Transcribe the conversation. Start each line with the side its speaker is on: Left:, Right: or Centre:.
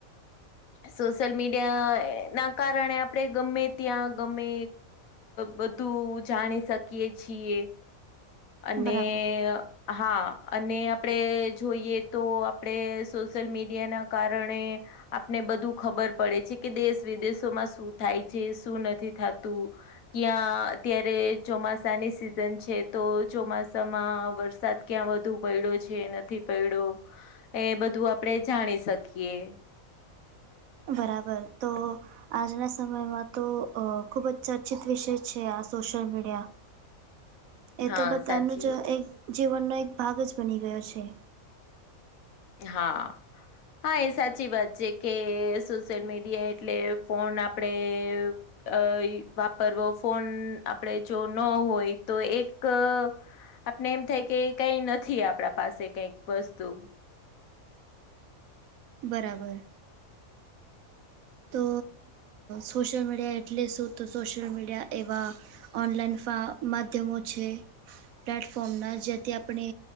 Left: સોશિયલ મીડિયા ના કારણે આપણે ગમે ત્યાં ગમે બધું જાણી શકીએ છીએ અને
Right: બરાબર
Left: હા અને આપણે જોઈએ તો આપણે સોશિયલ મીડિયાના કારણે આપને બધું ખબર પડે છે કે દેશ વિદેશોમાં શું થાય છે શું નથી થતું. ક્યાં અત્યારે ચોમાસા નિ શિશન છે. તો ચોમાસામાં વરસાદ ક્યાં વધુ છે કે નથી પડયો એ બધું આપણે જાણી શકીએ
Right: બરાબર તો સમયમાં તો અ ખૂબ જ ચર્ચિત વિષય છે સોશિયલ મીડિયા એ
Left: હા
Right: તો બધાનું
Left: સાચી
Right: જ
Left: વાત
Right: એક જીવનનો એક ભાગ જ બની ગયો છે.
Left: હા. હા સાચી વાત કે સોશિયલ મીડિયા એટલે ફોન આપણેે અ વાપરવો ફોન આપણે જો ન હોય તો એક આપણે એમ થાય કે કઈ નથી આપણા પાસે કઈક વસ્તુ
Right: બરાબર તો સોશિયલ મીડિયા એટલે શું તો સોશિયલ મીડિયા એવા ઓનલાઈન ફા માધ્યમો પ્લેટફોર્મના જેથી આપણે